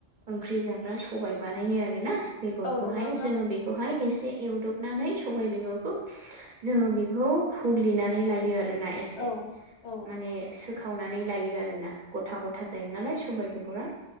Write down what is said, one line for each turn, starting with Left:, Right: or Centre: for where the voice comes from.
Right: ओंख्रि जाग्रा सबाय बानायो आरो ना। बेगरखौहाय
Left: औ नंगौ नोंथां
Right: जोङो बेखौहाय एसे एवदबनानै सबाय बेगरखौ जोङो बेखौ हुग्लिनानै लायो आरोना एसे।
Left: औ औ
Right: माने सोखावनानै लायो आरोना गथा गथा जायो नालाय सबायाइ बेगरा।